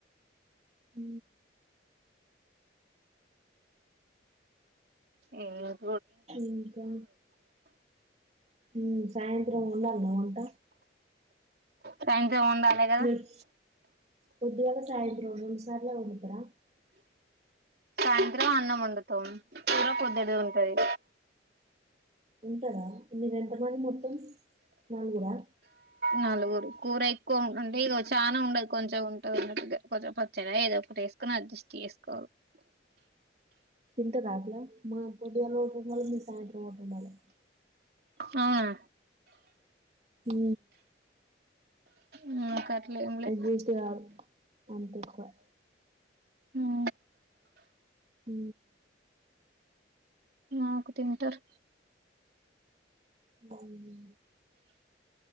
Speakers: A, on the right (about 35°); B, on the right (about 55°).
A: ఊ
B: ఏం లేదు
A: ఇంకా ఊ సాయంత్రం ఉండాలి నేను వుంట
B: సాయంత్రం ఉండాలే కదా
A: మీరు పొద్దుగాల సాయంత్రం రెండు సార్ల తోమితరా
B: సాయంత్రం అన్నం వండుతాం కూర పొద్దటిది ఉంటది
A: ఉంటరా మీరు ఎంతమంది మొత్తం నలుగురా
B: నలుగురు కూర ఎక్కువ ఉం అంటే ఇగొ చానా ఉండదు కొంచెం ఉంటది ఉన్నట్టు కొంచెం పచ్చడ ఏదో ఒకటి చేసుకొని అడ్జస్ట్ చేసుకోవ్
A: తింటరా అట్ల మా పొద్దుగాల ఓటు ఉండాలి మీ సాయంత్రం ఓటుండాలి
B: అవునా
A: ఊ
B: ఊ నాకట్లేం లే
A: వేస్ట్ కాదు అంత ఎక్కువ
B: ఊ
A: ఊ
B: నాకు తింటర్
A: అవునూ